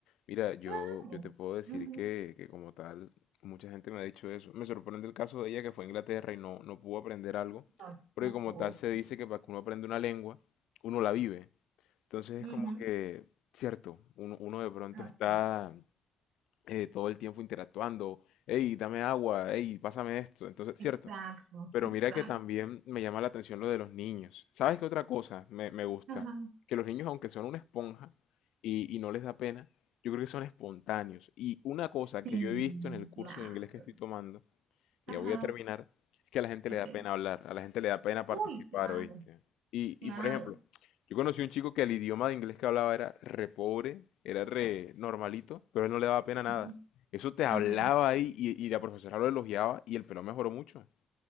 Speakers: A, on the left; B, on the right.
A: Mira, yo,
B: Claro.
A: yo te puedo decir
B: Ujú.
A: que, que como tal, mucha gente me ha dicho eso. Me sorprende el caso de ella que fue a Inglaterra y no, no pudo aprender algo,
B: No,
A: porque
B: no
A: como
B: puedo.
A: tal se dice que para que uno aprenda una lengua, uno la vive. Entonces es
B: Ujú.
A: como que, cierto, uno, uno de pronto
B: Así.
A: está eh, todo el tiempo interactuando, hey, dame agua, hey, pásame esto. Entonces,
B: Exacto,
A: cierto, pero
B: exacto.
A: mira que también me llama la atención lo de los niños. ¿Sabes qué otra cosa me, me gusta?
B: Ajá,
A: Que los niños, aunque son una esponja y, y no les da pena, yo creo que son espontáneos. Y una cosa
B: Sí,
A: que yo he visto en el curso
B: claro.
A: de inglés que estoy tomando, que
B: ajá,
A: ya voy a terminar, es que a la gente
B: ok.
A: le da pena hablar, a la gente le da pena participar,
B: Uy, Claro.
A: ¿oíste? Y,
B: Claro.
A: y por ejemplo, yo conocí un chico que el idioma de inglés que hablaba era re pobre, era re normalito, pero a él no le daba pena nada.
B: Ujú.
A: Eso te hablaba
B: Ok,
A: ahí y, y la profesora lo elogiaba y el pelo mejoró mucho.